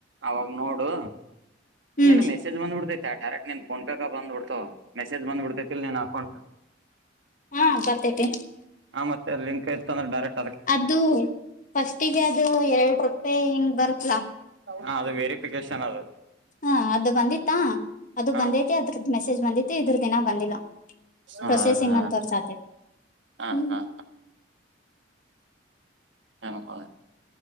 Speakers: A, on the right (about 75°); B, on the left (about 45°).
A: ಅವಾಗ ನೋಡು
B: ಹ್ಮ್
A: ನೀನು ಮೆಸೇಜ್ ಬಂದಬ ಬಿಡ್ತೈ ಡೈರೆಕ್ಟ್ ನೀನ್ ಫೋನ್ಪೇ ಕ ಬಂದ್ಬಿಡ್ತ ಮೆಸೇಜ್ ಬಂದಬ ಬಿಡ್ತೇತಿಲ್ ನಿನ್ ಅಕೌಂಟ್
B: ಹಾ ಬರ್ತೇತಿ
A: ಮತ್ತ ಲಿಂಕ್ಯತ ಅಂದ್ರಡರೆಕ್ಟ್
B: ಅದು ಫಸ್ಟಿಗೆ ಅದು ಎರಡು ರೂಪಾಯಿ ಹಿಂಗ್ ಬರ್ತ್ಲಾ
A: ಹ ಅದು ವೆರಿಫಿಕೇಶನ್ ಅದದು
B: ಹಾ ಅದು ಬಂದಿತ್ತಾ ಅದು
A: ಹ
B: ಬಂದೈತಿ ಅದ್ರದ್ದ ಮೆಸೇಜ್ ಬಿತ್ತು ಇದ್ರ ದಿನ ಬಂದಿಲ್ಲಾ
A: ಹೌದಾ
B: ಪ್ರೊಸೆಸಿಂಗ್ ಅಂತವ್ರ ಸಾಧ್ಯತೆ
A: ಹ
B: ಹ್ಮ
A: ಹಾ ಹ